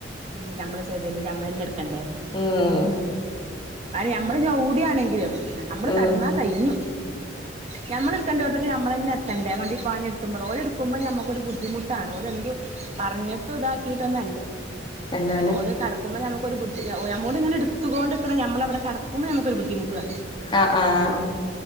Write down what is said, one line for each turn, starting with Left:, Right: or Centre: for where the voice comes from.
Right: ഉ നഞമ്മള് ചെയ്തല്ലേ നഞമ്മളന്നെ എടുക്കണ്ടേ
Left: ഉം
Right: ഞമ്മള് ഞ ഓടിയാണെങ്കിലും നമ്മള്
Left: ഉം
Right: കടന്നാ കഴിഞ്ഞു നഞമ്മൾ എടുക്കേണ്ട പോടത്തേക്ക നഞമ്മള തന്നെ തെണ്ടേ വണ്ടയി പാഞ്ഞെടുക്കുമ്പോൾോഓരെടുുമ്പോ നമുക്കൊരു ബുദ്ധിമുട്ടാണ് ഒരുര് എന് പറഞ്ഞിട്ട ഇതാക്കിയി്ൊന്ന
Left: എന്നാലും
Right: ഓ കക്കുമ്പോ നു നമ്മല ഇങ്ങെടുുകൊണ്ട്ിക്ക നമ്മവിടെ കടുമ്പോ നമു ഒരു ബുധിമുട്ടാണ്
Left: ആഹ ആഹ